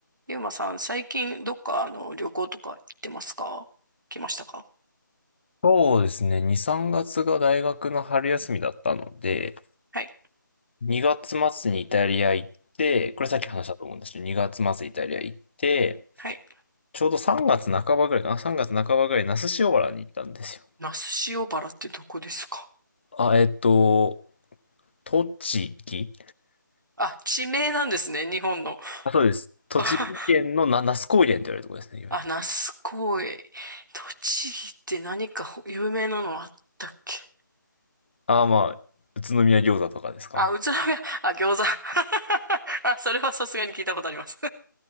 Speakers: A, on the right; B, on the left.
A: ゆうまさん、最近どっかあの旅行とか行ってますか来ましたか
B: そうですね。2、3月がつが大学の春休みだったので、
A: はい。
B: 2月末にイタリア行って、これさっき話したと思うんですけど、
A: うん
B: 2月末イタリア行って、
A: はい。
B: ちょうど3月半ばぐらいかな ?3 月半ばぐらい、那須塩原に行ったんですよ。
A: 那須塩原ってどこですか
B: あ、えっと、栃木
A: あ、地名なんですね、日本の。
B: あ、そうです。栃木県のな、
A: <laughs>
B: 那須高原って言われるところですね、いわゆる。
A: あ、那須公園。栃木って何か有名なのあったっけ
B: ああ、まあ、宇都宮餃子とかですか。
A: あ、宇都宮、あ、餃子。<laughs> あ、それはさすがに聞いたことあります。